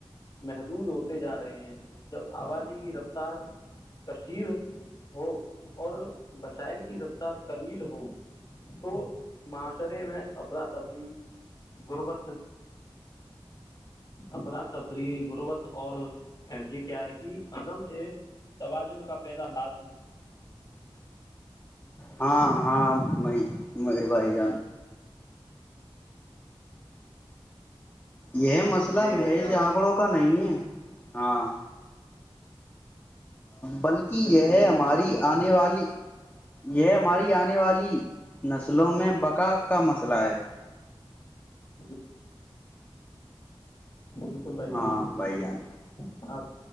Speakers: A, on the left; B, on the left.
A: محدود ہوتے جا رہے ہیں جب آبادی کی رفتار کشیر ہو اور بشائل کی رفتار کلیل ہو تو معاشرے میں افراتفری غربت اپنا تفریح غربت اور جی کیا ہے کہ عدم ا توازن کا پیدا لازمی
B: ہاں ہاں م م بھائی جان یہ مسئلہ
A: جی
B: مہیج
A: بھائی جان
B: آنکڑوں کا نہیں ہے ہاں بلکہ
A: بالکل
B: یہ ہے
A: بالکل
B: ہماری
A: بھائی جان
B: آنے والی یہ ہماری آنے والی نسلوں میں بقا کا مسئلہ ہے
A: جی بالکل بھائی جان
B: ہاں
A: بالکل
B: بھائی جان
A: آپ